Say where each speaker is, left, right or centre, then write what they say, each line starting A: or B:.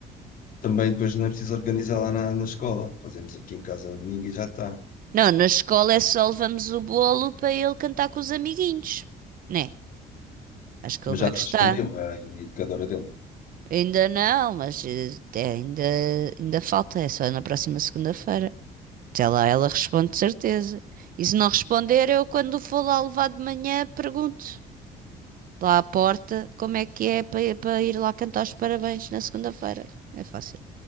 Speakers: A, on the left; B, on the right.
A: também depois não é preciso organizar lá na, na escola. Fazemos aqui em casa domingo e já está.
B: Não, na escola é só levamos o bolo para ele cantar com os amiguinhos, né? Acho que
A: Mas
B: ele vai
A: já te
B: gostar.
A: respondeu a educadora dele.
B: Ainda não, mas eh, é, ainda, ainda falta, é só na próxima segunda-feira. Até lá ela responde de certeza. E se não responder, eu quando for lá levar de manhã pergunto lá à porta como é que é para, para ir lá cantar os parabéns na segunda-feira. É fácil.